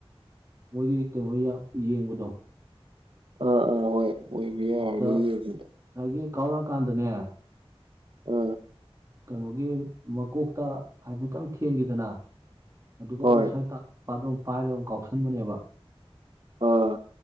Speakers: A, on the right; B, on the right.
A: ꯃꯣꯏꯒꯤ ꯀꯩꯅꯣ ꯌꯥ ꯌꯦꯡꯕꯗꯣ
B: ꯑꯥ ꯎ ꯍꯣꯏ꯫ ꯑꯣꯏꯕ ꯌꯥꯔꯅꯤ
A: ꯑꯗꯨꯗ
B: ꯌꯦꯡꯕꯗ
A: ꯉꯁꯥꯏꯒꯤ ꯀꯥꯎꯔꯛꯑꯀꯥꯟꯗꯅꯦ
B: ꯑ
A: ꯀꯩꯅꯣꯒꯤ ꯃꯀꯣꯛꯇ ꯍꯥꯏꯐꯦꯠꯇꯪ ꯊꯦꯟꯈꯤꯗꯅꯥ ꯑꯗꯨꯒ
B: ꯍꯣꯏ
A: ꯑꯣꯐꯁꯥꯏꯗ ꯇꯥ ꯑꯗꯨꯝ ꯄꯥꯏꯔꯒ ꯑꯗꯨꯝ ꯀꯥꯎꯁꯟꯕꯅꯦꯕ꯫
B: ꯑꯥ